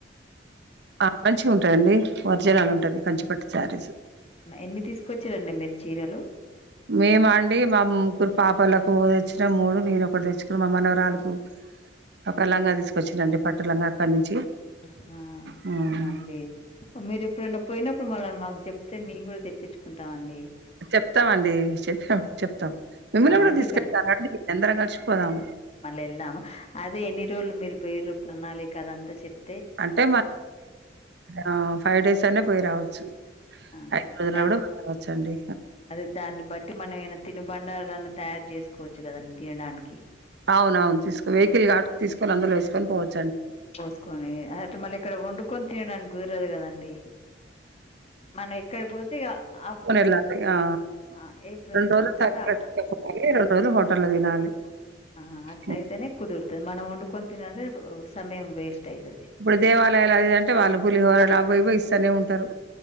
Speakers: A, on the right; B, on the left.
A: ఆ మంచిగా ఉంటాదండి ఒరిజినల్ ఉంటది కంచిపట్టి శారీసు
B: అవునా ఎన్ని తీసుకొచ్చారండి మీరు చీరలు
A: మేమ అండి మా ముగ్గురు పాపలకు వచ్చిన మూడు నేను ఒకటి తెచ్చుకుని మమనవరాలకు ఒక లంగా తీసుకొచ్చాండి పట్టటు లంగా అక్కడ నుంచి
B: ఆహా
A: హ్మ్.
B: అవునండి మీరు ఎప్పుడైనా పోయినప్పుడు మళ్ళని మాకు చెప్ అతే మేము కూడా తెప్పించుకుంటాం అండి
A: చెప్తామండీ చెప్పం చెప్తాం మిమ్మల్ని
B: ఆ!
A: కూడా
B: ఎందుక
A: తీసుకెళ్తానండి అందరం కలిసిపోదాం
B: మళ్ళ వెళ్దాం అదే ఎన్ని రోజులు మీరు వేరు ప్రణాళిక అదంతా చెప్
A: అంటే మన అ ఫైవ్ డేస్ అనే పోయి రావచ్చు
B: ఆ
A: ఐదు రోజులో
B: దా
A: కుడా పోవచ్చండీ
B: అదే దాన్ని బట్టి మనమ ఏమనా తినబండారున్నా తయారు చేసుకోవచ్చు కదండి తినడానికి
A: అవునవును తీసు వెహికకిల్గా ఆటుకు తీసుకని అందులో వసుకొని పోవచ్చు
B: పోసుకొని అంటే మళ్ళీ ఇక్కడ వండుకొని తినడానికి కుదరదు కదండి మనం ఎక్కడ పోతే ఇగ ఆ
A: ఊన్ ఎలా <unintelligible> ఆ
B: ఆ ఏ ప్రదేశాన్ని
A: రెండు రోజులు <unintelligible>
B: పోతే ఆ
A: సవాలి రెండు రోజులు హోటళ్లు తినాలి
B: ఆ అట్ల
A: హ్మ్.
B: అయితేనే కుదురుతుది మనం వండుకొని తన్నలెన్ సమయం వేస్ట్ అయితది
A: ఇప్పుడు దేవాలయాలు అదిదింటే వాళ్ళు పులిహోరలు అవేవో ఇస్తూనే ఉంటారు